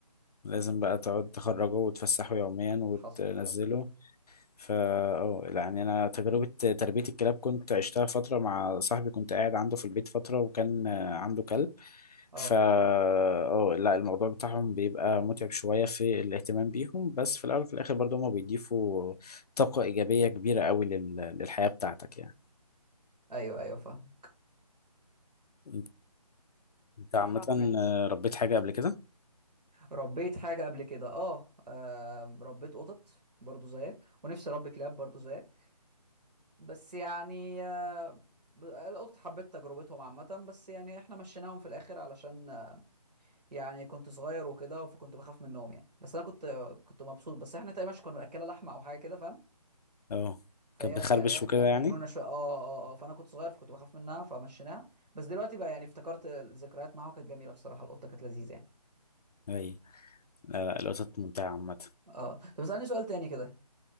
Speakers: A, on the left; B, on the right.
A: لازم بقى تقعد تخرجه وتفسحه يوميا وتنزله
B: حصل
A: فا اه يعني انا تجربه تربيه الكلاب كنت عشتها فتره مع صاحبي كنت قاعد عنده في البيت فتره وكان آه، عنده كلب
B: اه
A: فا اه لا الموضوع بتاعهم بيبقى متعب شويه في الاهتمام بيهم بس في الاول وفي الاخر برضه هما بيضيفوا طاقه ايجابيه كبيره قوي لل... للحياه بتاعتك يعني
B: ايوه ايوه فاهم
A: انت أنت عامه صح فعلا آه، ربيت حاجه قبل كده
B: ربيت حاجة قبل كده اه آم، ربيت قطط برضو زيك ونفسي اربي كلاب برضو زيك بس يعني آه، ب- القطط حبيت تجربتهم عامة بس يعني احنا مشيناهم في الاخر علشان آه، يعني كنت صغير وكده فكنت بخاف منهم يعني بس انا كنت آه، كنت مبسوط بس احنا تقريبا كنا بناكلها لحمة او حاجة كده فاهم
A: اه
B: فهي
A: كانت بتخربش
B: جا-
A: آه، وكده
B: كانت
A: يعني
B: مجنونة شوية اه اه اه آه، فانا كنت صغير فكنت بخاف منها فمشيناها بس دلوقتي بقى يعني افتكرت الذكريات معاها وكانت جميلة بصراحة القطة كانت لذيذة يعني
A: اي لا لا القطط ممتعه عامه
B: اه طب اسألني سؤال تاني كده